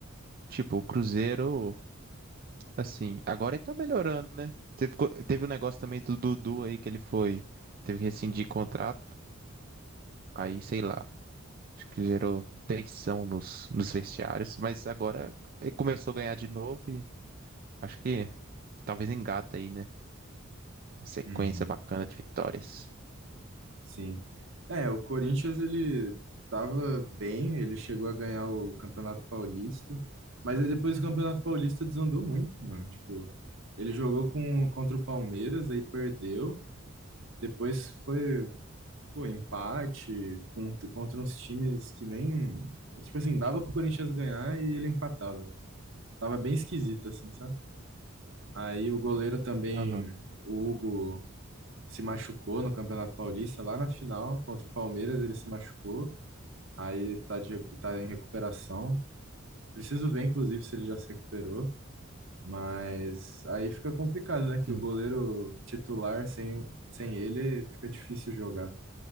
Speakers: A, on the right; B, on the right.
A: tipo, o Cruzeiro, assim, agora ele tá melhorando, né? Teve, co- teve um negócio também do Dudu aí que ele foi, teve que rescindir contrato, aí sei lá, acho que gerou tensão nos, nos vestiários, mas agora ele começou a ganhar de novo e acho que talvez engata aí, né? Uma sequência
B: Uhum,
A: bacana de vitórias.
B: sim. É, o Corinthians, ele tava bem, ele chegou a ganhar o Campeonato Paulista. Mas aí depois o Campeonato Paulista desandou muito, mano. Tipo, ele jogou com, contra o Palmeiras, aí perdeu. Depois foi Pô, empate contra, contra uns times que nem. Tipo assim, dava pro Corinthians ganhar e ele empatava. Tava bem esquisito, assim, sabe? Aí o goleiro também,
A: Aham.
B: o Hugo, se machucou no Campeonato Paulista, lá na final, contra o Palmeiras, ele se machucou. Aí tá, de, recu- tá em recuperação. Preciso ver, inclusive, se ele já se recuperou. Mas aí fica complicado, né? Que
A: Sim.
B: o goleiro titular, sem, sem ele, fica difícil jogar.